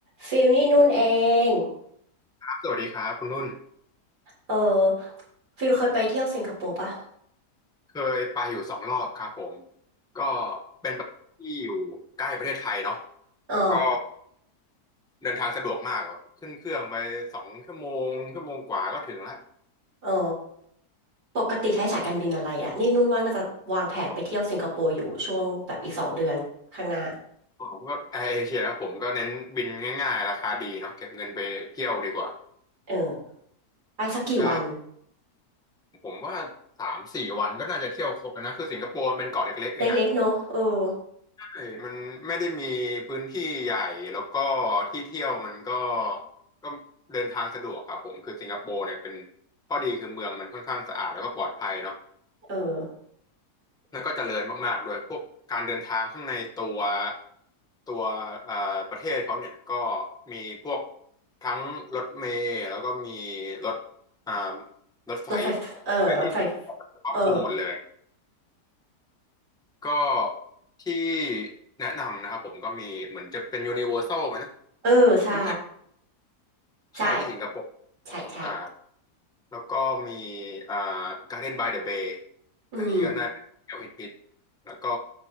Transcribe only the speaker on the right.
ฟิลนี่นุ่นเอง
เออฟิลเคยไปเที่ยวสิงคโปร์ปะ
อ๋อ
อ๋อปกติใช้สายการบินอะไรอะนี่นุ่นว่าน่าจะวางแผนไปเที่ยวสิงคโปร์อยู่ช่วงแบบอีกสองเดือนข้างหน้า
เออไปสักกี่วัน
เล็กๆเนอะเออ
เออ
รถไฟเออรถไฟ
เออ
เออใช่
ใช่
ใช่ใช่
อืม